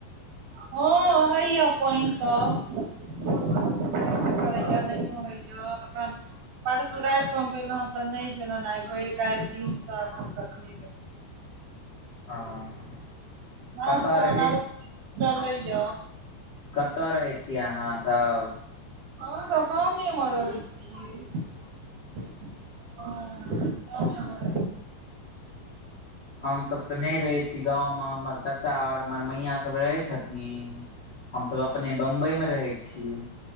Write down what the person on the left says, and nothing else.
हँ
हँ <inaudible>
कतऽ रहै
कतऽ रहै छियै अहाँ सभ
हमसभ तऽ नय रहै छी गाँव मऽ हमर चाचा अर हमर मैया सभ रहै छथिन हमसभ अपने बम्बई मऽ रहै छी